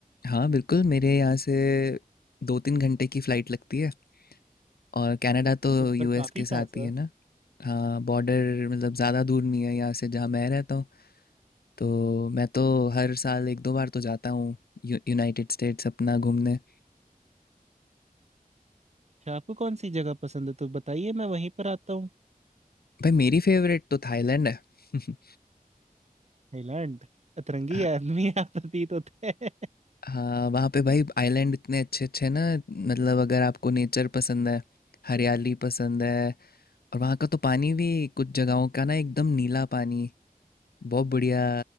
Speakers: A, on the left (about 90°); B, on the right (about 45°).
A: हाँ बिल्कुल मेरे यहाँ से दो तीन घंटे की फ़्लाइट लगती है और कनाडा तो
B: वो तो
A: यूएस
B: फिर काफी
A: के साथ
B: पास
A: ही
B: है
A: है ना हाँ बॉर्डर मतलब ज़्यादा दूर नहीं है यहाँ से जहाँ मैं रहता हूँ तो मैं तो हर साल एक दो बार तो जाता हूँ यू, यूनाइटेड स्टेट्स अपना घूमने
B: अच्छा आपको कौन सी जगह पसंद है तो बताइए मैं वहीं पर आता हूँ
A: भाई मेरी फेवरेट तो थाईलैंड है <laughs>
B: थाईलैंड अतरंगी
A: हाँ
B: आदमी <laughs> आप प्रतीत होते हैं
A: हाँ, वहाँ पे भाई आइलैंड इतने अच्छे अच्छे हैं ना मतलब अगर आपको नेचर पसंद है हरियाली पसंद है और वहाँ का तो पानी भी कुछ जगहों का ना एकदम नीला पानी बहुत बढ़िया